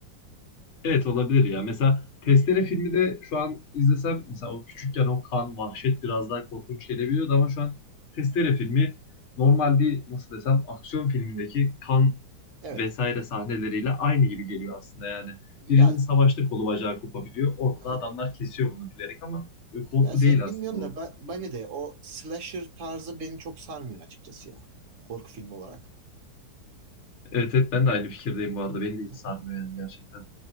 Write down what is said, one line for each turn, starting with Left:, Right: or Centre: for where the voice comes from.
Left: Evet olabilir ya. Mesela Testere
Right: Hı-hı.
Left: filmi de şu an izlesem mesela o küçükken o kan, vahşet biraz daha korkunç gelebiliyordu ama şu an Testere filmi normal bir nasıl desem aksiyon filmindeki kan
Right: Evet.
Left: vesaire sahneleriyle aynı gibi geliyor aslında yani.
Right: Ya,
Left: Birinin savaşta kolu bacağı kopabiliyor. Orada
Right: hı
Left: da adamlar kesiyor bunu bilerek ama böyle korku
Right: Ya seni
Left: değil
Right: bilmiyorum
Left: aslında o.
Right: da ben, beni de o slasher tarzı beni çok sarmıyor açıkçası ya. Korku filmi olarak.
Left: Evet evet ben de aynı fikirdeyim bu arada. Beni de
Right: Hı-hı.
Left: hiç sarmıyor yani gerçekten.